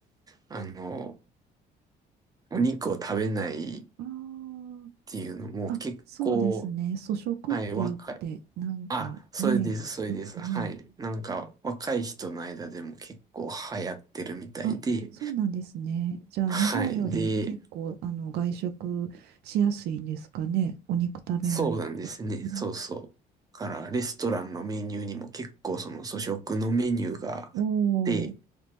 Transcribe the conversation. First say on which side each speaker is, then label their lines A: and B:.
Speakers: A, on the right; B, on the right.
A: あの、お肉を食べないっ
B: あー
A: ていうのも結構、
B: あ、そうですね。素食って言って、
A: はい、若い。
B: なんかね、
A: あ、それです、それです。
B: うん、
A: はい。
B: うん
A: なんか、若い人の間でも結構流行ってるみたいで、
B: あ、そうなんですね。じゃあ、
A: はい。
B: 日本より結構、
A: で、
B: あの、外食しやすいんですかね。お肉食べない人。
A: そうなんですね。
B: う
A: そうそう。だから、レストランのメニューにも結構その素食のメニューがあって、
B: おー、